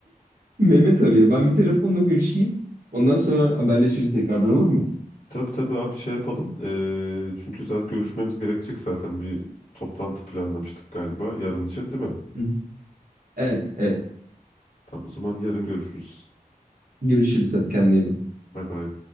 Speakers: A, on the right; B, on the left.
A: Mehmet arıyor. Ben bir telefonla görüşeyim. Ondan sonra haberleşiriz tekrardan olur mu?
B: Tabii tabii abi şey yapalım. E, çünkü zaten görüşmemiz gerekecek zaten bir toplantı planlamıştık galiba yarın için değil mi?
A: Hı hı. Evet, evet.
B: Tamam o zaman yarın görüşürüz.
A: Görüşürüz hadi kendine iyi bak.
B: Bay bay.